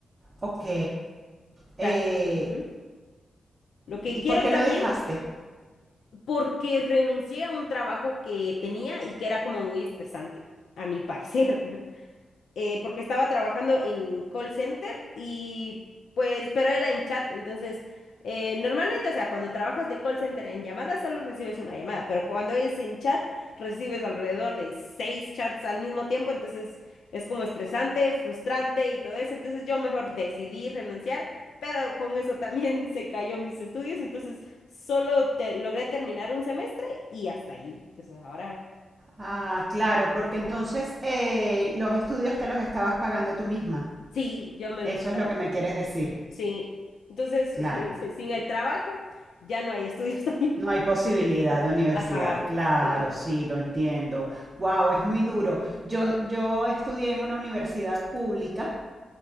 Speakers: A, on the right (about 25°); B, on the left (about 85°).
A: Ok.
B: O
A: eh,
B: sea, ujú. Lo que
A: ¿y
B: quiero
A: por qué
B: también,
A: lo dejaste?
B: porque renuncié a un trabajo que tenía y que era como muy estresante, a mi <laughs> parecer. eh, porque estaba trabajando en call center y pues, pero era en chat, entonces, eh, normalmente, o sea, cuando trabajas de call center en llamadas solo recibes una llamada, pero cuando es en chat recibes alrededor de seis chats al mismo tiempo, entonces es como estresante, frustrante y todo eso, entonces yo mejor decidí renunciar. Pero con eso también <laughs> se cayó mis estudios, entonces solo te- logré terminar un semestre y hasta allí. Entonces ahora
A: Ah, claro, porque entonces eh, los estudios te los estabas pagando tú misma.
B: sí, yo me
A: Eso
B: los estaba
A: es lo que
B: pagando.
A: me quieres decir.
B: Sí, entonces,
A: Claro.
B: <laughs> sin el trabajo, ya no hay estudios <laughs> también.
A: No hay posibilidad de universidad.
B: Ajá,
A: Claro,
B: sí.
A: sí, lo entiendo. Wow, es muy duro. Yo, yo estudié en una universidad pública